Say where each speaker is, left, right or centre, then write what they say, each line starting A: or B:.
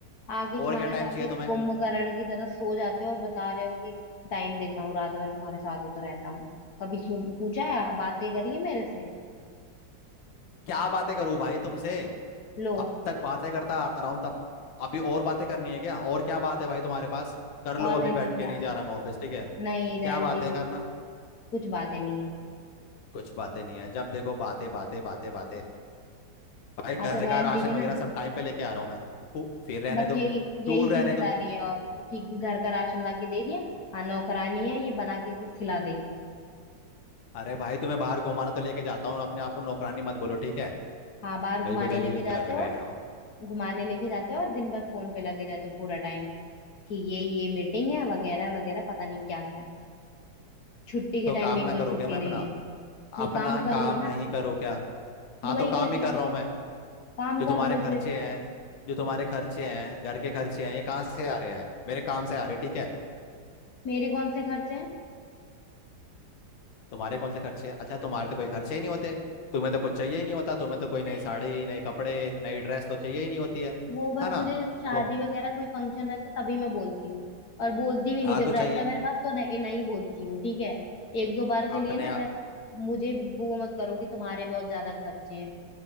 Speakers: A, on the left (about 60°); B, on the left (about 80°).
A: आगे
B: और
A: खाना
B: क्या
A: खा
B: टाइम चाहिए
A: के
B: तुम्हें
A: कुंभकर्ण की तरह सो जाते हो और बता रहे हो कि टाइम देता हूँ रात भर तुम्हारे साथ ही तो रहता हूँ कभी सुन पूछा है बातें करी है मेरे से
B: क्या बातें करूँ भाई तुमसे
A: लो
B: अब तक बातें करता आ रहा हूँ तब अभी और बातें करनी है क्या और क्या बात है भाई तुम्हारे पास कर
A: और
B: लो अभी
A: नहीं
B: बैठ
A: तो
B: के
A: क्या
B: नहीं जा रहा मैं ऑफिस ठीक है
A: नहीं रहन
B: क्या बातें
A: दीजिए
B: करना
A: कुछ बातें नहीं है
B: कुछ बातें नहीं है जब देखो बातें बातें बातें बातें भाई घर
A: हाँ तो रहन
B: का राशन
A: दीजिए
B: वगैरह
A: ना
B: सब टाइम पे लेके आ रहा हूँ मैं उ, फिर रहने
A: बस
B: दो
A: यही
B: क्यों
A: यही
B: रहने
A: जिम्मेदारी
B: दो
A: है और कि घर का राशन ला के दे दिया हाँ नौकरानी है ये बना के खिला देगी
B: अरे भाई तुम्हें बाहर घुमाना तो लेके जाता हूँ अपने आप को नौकरानी मत बोलो ठीक है
A: हाँ बाहर घुमाने
B: मेरे को जलील
A: लेके जाते
B: कर
A: हो
B: रहे हो
A: घुमाने लेके जाते हो और दिन भर फोन पे लगे रहते हो पूरा टाइम कि ये ये मीटिंग है वगैरह वगैरह पता नहीं क्या क्या छुट्टी के
B: तो
A: टाइम
B: काम
A: भी इनको
B: ना करो
A: छुट्टी
B: क्या मैं
A: नहीं
B: अपना
A: है नहीं
B: अपना
A: काम कर
B: काम
A: लो ना
B: नहीं करो क्या हाँ
A: तो वही
B: तो
A: कह
B: काम
A: रही
B: ही कर
A: हूँ
B: रहा हूँ मैं
A: काम
B: जो
A: कर
B: तुम्हारे
A: लो
B: खर्चे
A: फिर
B: हैं जो तुम्हारे खर्चे हैं घर के खर्चे हैं ये कहाँ से आ रहे हैं मेरे काम से आ रहे हैं ठीक है
A: मेरे कौन से खर्चे हैं
B: तुम्हारे कौन से खर्चे हैं? अच्छा तुम्हारे तो कोई खर्चे ही नहीं होते तुम्हें तो कुछ चाहिए ही नहीं होता तुम्हें तो कोई नई
A: नहीं
B: साड़ी नई कपड़े नई ड्रेस तो चाहिए ही नहीं होती है
A: वो बस
B: है ना
A: मुझे शादी
B: तो
A: वगैरह कोई फंक्शन रहता तभी मैं बोलती हूँ और बोलती भी नहीं
B: हाँ
A: जब
B: तो
A: रहता
B: चाहिए
A: है मेरे पास तो नहीं नहीं बोलती हूँ ठीक है एक दो बार के
B: अपने
A: लिए ना ऐस- मुझे वो मत करो कि तुम्हारे बहुत ज्यादा खर्चे हैं